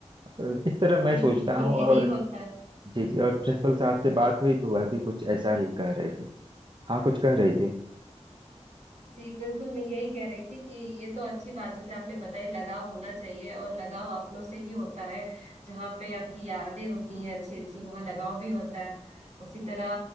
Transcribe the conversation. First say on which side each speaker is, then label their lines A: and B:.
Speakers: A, on the right (about 40°); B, on the right (about 70°).
A: अ, इस तरह मैं
B: जी
A: सोचता
B: बिल्कुल
A: हूँ
B: यही
A: और
B: होता है
A: जी जी और प्रिंसिपल साहब से बात हुई तो वह भी कुछ ऐसा ही कह रहे थे हाँ कुछ कह रहे थे
B: जी बिल्कुल मैं यही कह रही थी कि ये तो अच्छी बात जैसे आपने बताई लगाव होना चाहिए और लगाव अपनों से ही होता है जहाँ पे आपकी यादें होती हैं अच्छी अच्छी वहाँ लगाव भी होता है उसी तरह